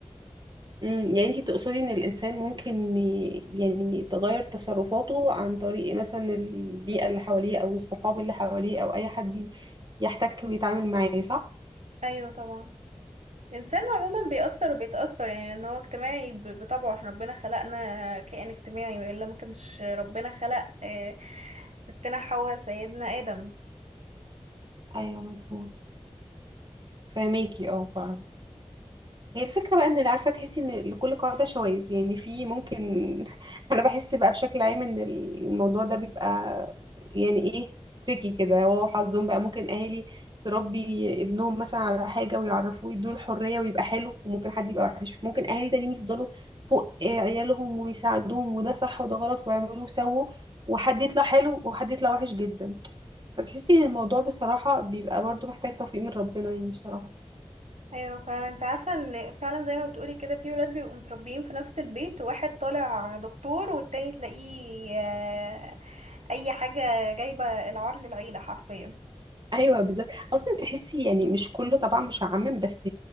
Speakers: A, on the right (about 40°); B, on the right (about 85°).
A: امم يعني انتي تقصدي ان الانسان ممكن ي- يعني تغير تصرفاته عن طريق مثلا البيئة اللي حواليه او الصحاب اللي حواليه او اي حد ي- يحتك ويتعامل معاه صح؟
B: أيوة طبعا الإنسان عموما بيأثر وبيتأثر يعني إن هو اجتماعي ب- بطبعه احنا ربنا خلقنا كائن اجتماعي وإلا ما كانش ربنا خلق آه، ستنا حواء سيدنا آدم
A: ايوه مظبوط فهميكي اه فعلا هي الفكرة بقى ان اللي عارفة تحسي ان لكل قاعدة شواذ يعني في ممكن <laughs> انا بحس بقى بشكل عام ان الموضوع ده بيبقى يعني ايه تريكي كده هو حظهم بقى ممكن اهالي تربي ابنهم مثلا على حاجة ويعرفوه يدوله الحرية ويبقى حلو وممكن حد يبقى وحش ممكن اهالي تانيين يفضلوا فوق عيالهم ويساعدوهم وده صح وده غلط ويعملوا وسووا وحد يطلع حلو وحد يطلع وحش جدا فتحسي ان الموضوع بصراحة بيبقى برضو محتاج توفيق من ربنا يعني بصراحة
B: أيوة فعلا أنت عارفة إن فعلا زي ما بتقولي كده في ولاد بيبقوا متربيين في نفس البيت واحد طالع دكتور والتاني تلاقيه آه، أي حاجة جايبة العار للعيلة حرفيا
A: ايوه بالظبط اصلا تحسي يعني مش كله طبعا مش هعمم بس